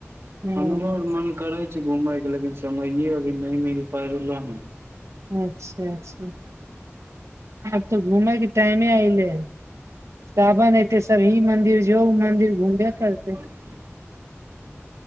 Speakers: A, on the right (about 85°); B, on the right (about 55°).
A: ह
B: हमरो आर मन करै छै घुमै लेकिन समय अी नहि मिल पाए रहलौ हन
A: अच्छा अच्छा आब तऽ घूमयके टाइमे आइले साबन एते सब ई मंदिर जो ओ मंदिर घुमबे करतै
B: ह